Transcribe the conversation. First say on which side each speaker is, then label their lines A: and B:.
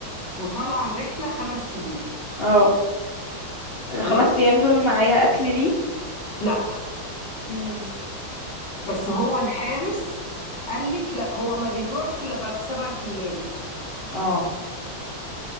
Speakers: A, on the left; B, on the left.
A: وطلع الرحلة خمس أيام
B: اه الخمس
A: خلاص
B: ايام دول معايا اكل ليه
A: لا
B: امم
A: بس هو الحارس قال لك لا هو ما بيجوعش إلا بعد سبعة أيام
B: اه